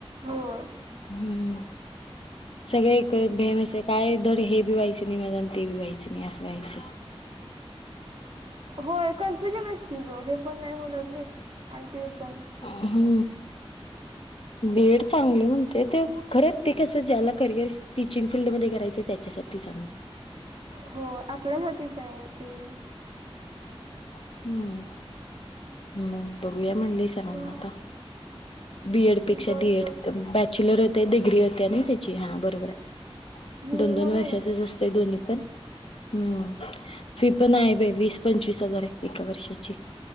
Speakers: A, on the right (about 75°); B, on the left (about 70°).
A: होय
B: हम्म, सगळे भेमेस काय धरी हे बी व्हायचं नाही माझ्यान ते बी व्हायचं नाही असं व्हायचं.
A: होय कन्फ्युजन की, ग हे पण नाही होणार नीट आणि ते पण
B: हा हा, बीएड चांगलं म्हणतेत, खरंच ते कस ज्याला करिअर. टीचिंग फिल्डमधे करायचं त्याच्यासाठी चांगलं.
A: हो आपल्यासाठी काय ते.
B: हम्म हम्म, बघूया म्हणलीस. सरांना
A: मग
B: आता बीएड पेक्षा
A: बघ
B: डीएड
A: बघ
B: बॅक. चिलर होते डिग्री होते आणि त्याची हा, बरोबर आहे
A: हम्म
B: दोन दोन
A: म्हणून
B: वर्षाचच असंत. दोन्ही पण हम्म, फी पण आहे वीस पंचवीस. हजार हाय एका वर्षाची.